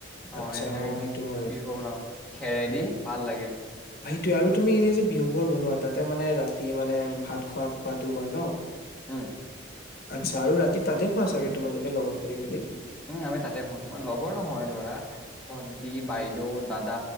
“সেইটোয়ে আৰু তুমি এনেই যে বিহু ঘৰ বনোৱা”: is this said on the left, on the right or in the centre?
Left